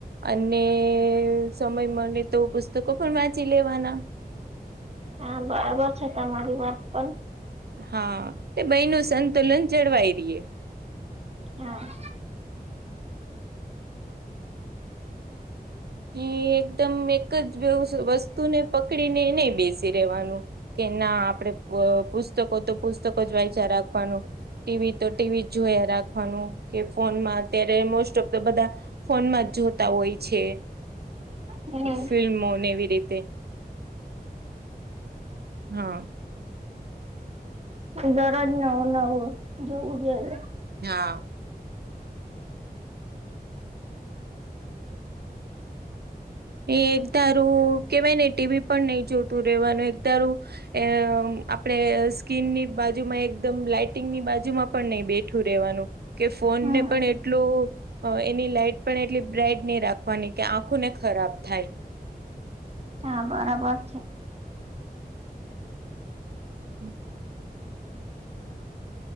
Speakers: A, on the right; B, on the right.
A: અને, સમય મળે તો પુસ્તકો પણ વાંચી લેવાના.
B: હા, બરાબર છે તમારી વાત પણ.
A: હા, એ બેનું સંતુલન જળવાય રહે.
B: હા.
A: જે, એકદમ એક જ વસ્તુને પકડીને નહી બેસી રહેેવાનું. કે ના, આપડે પુસ્તકો તો પુસ્તકો જ વાંચ્યા રાખવાનું. ટીવી તો ટીવી જોયા રાખવાનું, કે ફોનમાં અત્યારે મોસ્ટ ઓફ તો બધા ફોનમાં જ જોતા હોય છે,
B: હમ
A: ફિલ્મોને એવી રીતે. હા.
B: દરરોજ નવો નવો જોવું જઈએ.
A: હા. એ, એક ધારું કેવાય ને, ટીવી પણ નહીં જોતું રેવાનું એક ધારું. એ, આપણેે સ્કીનની બાજુમાં એકદમ લાઈટિંગ ની બાજુમાં પણ નહી બેઠું રહેેવાનું. કે, ફોનને
B: હમ
A: પણ એટલ એની લાઈટ પણ એટલી બ્રાઈટ નહી રાખવાની કે આંખો ને ખરાબ થાય.
B: હા, બરાબર.
A: હમ. <unintelligible>